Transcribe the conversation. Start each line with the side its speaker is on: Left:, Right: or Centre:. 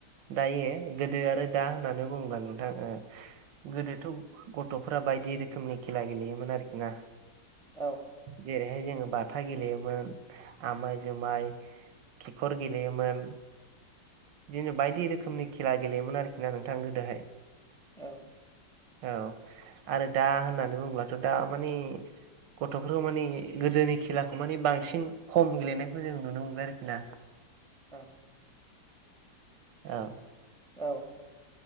Right: दायो गोदो आरो दा होननानै बुङोब्ला नोंथां गोदोथ' गथ'फोरा बायदि रोखोमनि खेला गेल गेलेयोमोन आरोखि ना
Centre: औ
Right: जेरैहाय जोङो बाथा गेलेयोमोन आमाय जुमाय खिखर गेलेयोमोन बिदिनो बायदि रोखोमनि खेला गेलेयोमोन आरोखि ना नोंथां गोदोहाय
Centre: औ
Right: औ आरो दा होननानै बुङोब्लाथ' दा मानिे गथ'फोरखौ माने गोदोनि खेलाखौ माने बांसिन खम गेलेनायखौ जों नुनो मोनबाय आरोखि ना
Centre: औ
Right: औ
Centre: औ